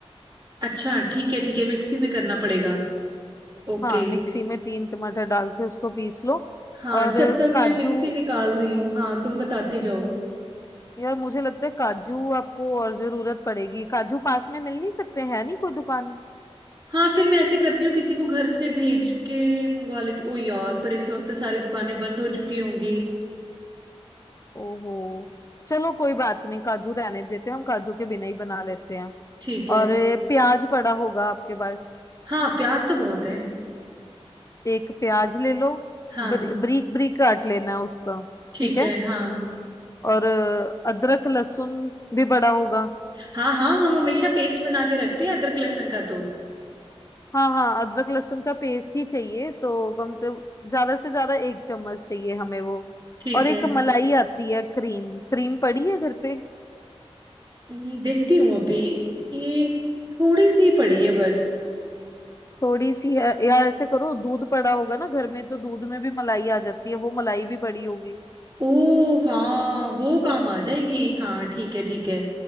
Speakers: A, on the right (about 40°); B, on the left (about 30°).
A: अच्छा ठीक है ठीक है मिक्सी में करना पड़ेगा ओके
B: हाँ मिक्सी में तीन टमाटर डाल के उसको पीस लो
A: हाँ
B: और
A: जब तक
B: काजू
A: मैं मिक्सी निकाल रही हूँ हाँ तुम बताते जाओ
B: यार मुझे लगता है काजू आपको और जरूरत पड़ेगी काजू पास में मिल नहीं सकते हैं नहीं कोई दुकान
A: हाँ फिर मैं ऐसे करती हूँ किसी को घर से भेज के मंगवा लेती ओ यार पर इस वक्त तो सारी दुकानें बंद हो चुकी होंगी
B: ओहो चलो कोई बात नहीं काजू रहने देते हैं हम काजू के बिना ही बना लेते हैं
A: ठीक है
B: और ए, प्याज पड़ा होगा आपके पास
A: हाँ प्याज तो बहुत है
B: एक प्याज ले लो
A: हाँ
B: बर, बारीक बारीक काट लेना है उसका
A: ठीक
B: ठीक है
A: है हाँ
B: और अ, अदरक लहसुन भी पड़ा होगा
A: हाँ हाँ हम हमेशा पेस्ट बना के रखते हैं अदरक लहसुन का तो
B: हाँ हाँ अदरक लहसुन का पेस्ट ही चाहिए तो कम से ज्यादा से ज्यादा एक चम्मच चाहिए हमें वो
A: ठीक
B: और एक
A: है
B: मलाई आती है क्रीम क्रीम पड़ी है घर पे
A: हम्म, देखती हूँ अभी ये थोड़ी सी पड़ी है बस
B: थोड़ी सी है यार ऐसे करो दूध पड़ा होगा ना घर में तो दूध में भी मलाई आ जाती है वो मलाई भी पड़ी होगी
A: ओ हाँ वो काम आ जाएगी हाँ ठीक है ठीक है